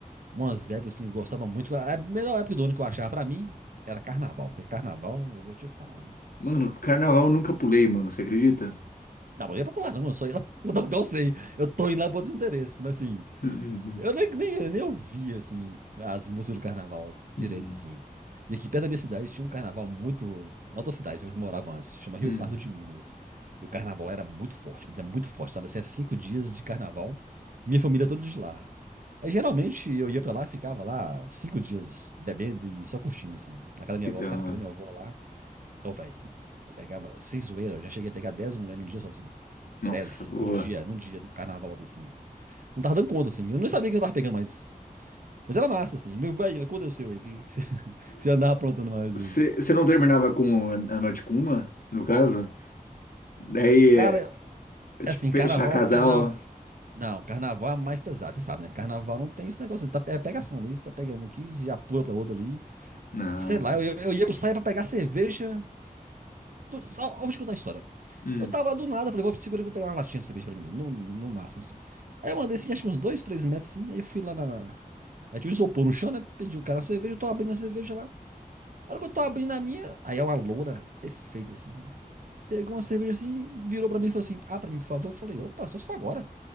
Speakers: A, on the right; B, on the left.
A: Umas épocas, assim, eu gostava muito, a melhor época do ano que eu achava pra mim era carnaval, porque carnaval, eu vou te falar,
B: Mano, carnaval eu nunca pulei, mano. Você acredita?
A: Não, mas não ia pra pular, não. Eu só ia lá. <laughs> Eu não sei. Eu tô indo lá por desinteresse. Mas assim,
B: Uhum.
A: eu nem, nem, eu nem ouvia assim, as músicas do carnaval direito,
B: Uhum.
A: assim. E aqui perto da minha cidade tinha um carnaval muito. Na outra cidade, onde eu morava antes, chama Rio
B: Uhum.
A: Pardo de Minas. E o carnaval era muito forte, mas é muito forte, sabe? Assim, é cinco dias de carnaval. E minha família toda de lá. Aí geralmente eu ia pra lá, ficava lá uns cinco dias bebendo e só curtindo, assim. Na casa da minha
B: Que
A: avó,
B: da
A: ficava
B: hora.
A: na casa da minha avó lá. Ô, velho, eu pegava, sem zoeira, eu já cheguei a pegar dez mulheres num dia só assim
B: Nossa,
A: 10
B: boa.
A: num dia, num dia, no carnaval, assim. Não tava dando conta, assim. Eu não sabia que eu tava pegando, mais Mas era massa, assim. Meu velho, quando é o seu aí? O que, que, você, <laughs> que você andava aprontando mais
B: Você
A: aí?
B: não terminava com a noite com uma, no caso? Daí,
A: Cara,
B: é, tipo,
A: assim,
B: fechar
A: carnaval,
B: casal?
A: carnaval. Não, carnaval é mais pesado, você sabe, né? Carnaval não tem esse negócio. Tá, é pegação ali, você tá pegando um aqui, já pula pra outra ali.
B: Não.
A: Sei lá, eu, eu, eu ia pro saia pra pegar cerveja do- só- Ao escutar a história.
B: Hum,
A: Eu tava lá do nada, falei, vou segurar e vou pegar uma latinha de cerveja pra mim, no, no máximo, assim. Aí eu mandei, assim, acho que uns dois, três metros, assim, aí eu fui lá na... na- Aí tinha um isopor no chão, né, pedi um cara a cerveja, eu tô abrindo a cerveja lá. Na hora que eu tô abrindo a minha, aí é uma loura perfeita, assim. Pegou uma cerveja, assim, virou pra mim e falou assim, ah, pra mim, por favor. Eu falei, opa, só se for agora.